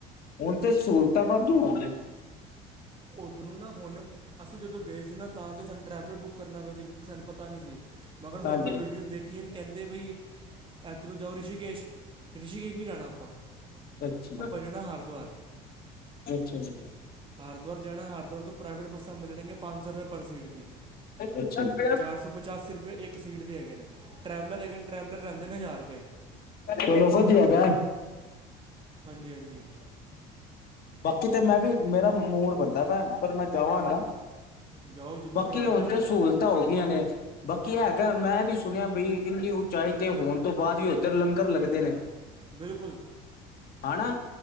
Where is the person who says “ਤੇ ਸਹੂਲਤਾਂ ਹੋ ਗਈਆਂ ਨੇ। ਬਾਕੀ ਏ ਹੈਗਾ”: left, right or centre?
Left